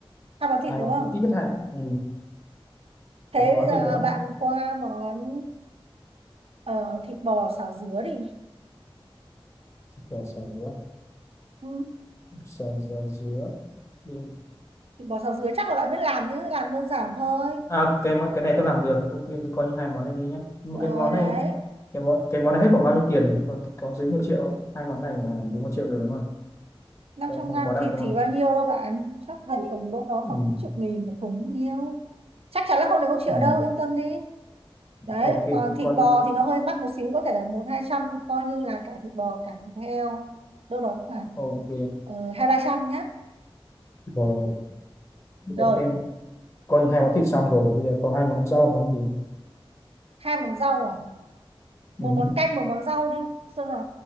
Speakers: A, on the right (about 85°); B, on the left (about 30°).
A: hai món thịt
B: à
A: đúng
B: mà
A: không
B: thì ít nhất hạn ừ.
A: thế
B: còn một món
A: bây giờ
B: gì nữa
A: bạn qua món ờ, thịt bò xào dứa đi
B: Bỏ sò dứa
A: ừ.
B: sò dừa dứa ừ.
A: thịt bò xào dứa chắc là bạn biết làm chứ làm đơn giản thôi
B: à cái món- cái này tôi làm được ok tôi coi như hai món này đi nhé nhưng
A: rồi
B: mà cái món
A: đấy
B: này cái món cái món này hết khoảng bao nhiêu tiền nhỉ có, có dưới một triệu không? hai món này là dưới một triệu rồi đúng không
A: năm
B: không,
A: trăm
B: không
A: gram
B: quá đắt
A: thịt
B: đúng
A: thì
B: không
A: bao nhiêu đâu bạn chắc là tầm đâu đó
B: ừ.
A: khoảng mấy chục nghìn là cũng nhiêu chắc chắn là không đến một triệu
B: Ừ.
A: đâu yên tâm đi đấy
B: ok
A: còn thịt
B: coi
A: bò
B: như
A: thì nó hơi mắc một xíu có thể là một hai trăm coi như là cả thịt bò cả thịt heo đâu đó khoảng
B: ok
A: ờ, hai ba trăm nhé
B: rồi để
A: Rồi,
B: xem coi như hai món thịt xong rồi bây giờ có hai món rau món gì
A: hai món rau à? Một
B: ừ.
A: món canh, một món rau đi, cho nó